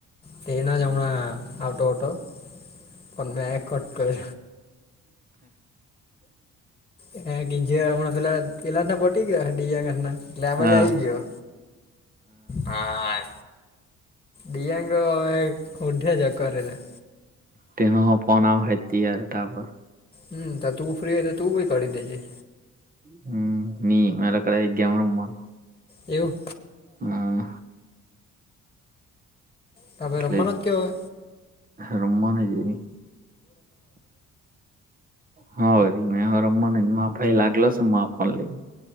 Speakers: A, on the left; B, on the right.
A: તેનાં જ હમણાં આવતો અટો પન મે કટ કર. એ ગીજા હમણાં જે પેલા ના પટી ગ્યા હે ડીજાઆંગાના. એટલે આબાજ
B: હા
A: આવી ગયો. હા, દિયાંગ ઓઢ્યા જ કર એ ના.
B: તેનો હો ફોન આવહે ત્યારે તો આપણ
A: હમ્મ, તો તું ફ્રી હોય તો તું ભી કરી દેજે.
B: હમ્મ, ની મે તો કરાય જવા ઉમા.
A: એવું?
B: હા.
A: તમે
B: એટલે
A: રમવાનો જ કે હવે
B: રમવાના જેવી. હા વળી મે હો રમવાના <unintelligible> લાગેલો સે <unintelligible>